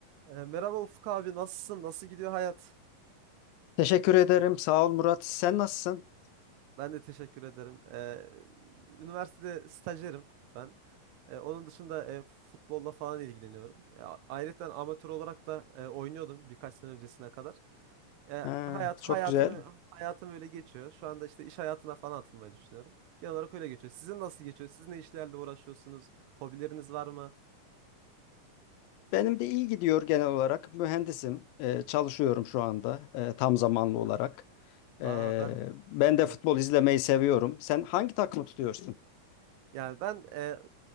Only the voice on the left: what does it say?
Teşekkür ederim. Sağ ol Murat. Sen nasılsın?
Ha,
çok güzel.
Benim de iyi gidiyor genel olarak. Mühendisim. Ee, çalışıyorum şu anda e, tam zamanlı olarak. Ee,
ben
de futbol izlemeyi seviyorum. Sen hangi takımı tutuyorsun?